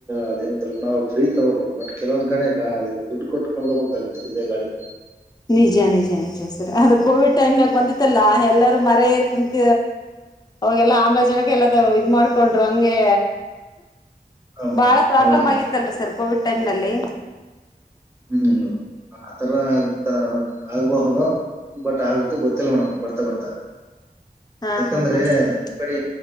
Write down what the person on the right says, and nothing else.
ಅದೆಂತ ನಾವು ಫ್ರೀ ತೊಗೋಬಹುದು ಬಟ್ ಕೆಲವೊಂದ್ ಕಡೆ ಗಾಳಿ ಇದು ದುಡ್ಡು ಕೊಟ್ಟ ಕೊಂಡಕಬೇಕ ಇದೇ ಗಾಳಿ ನ.
ಹಾ ಮೇಡಮ್
ಹೌದು
ಹ್ಮ್ ಆತರ ಆಗ್ತ ಆಗ್ಬಹುದಾ. ಬಟ್ ಆಗುತ್ತ ಗೊತ್ತಿಲ್ಲ ಮೇಡಮ್ ಬರ್ತಾ ಬರ್ತಾ.
ಯಾಕಂದ್ರೆ
ಕಡೆ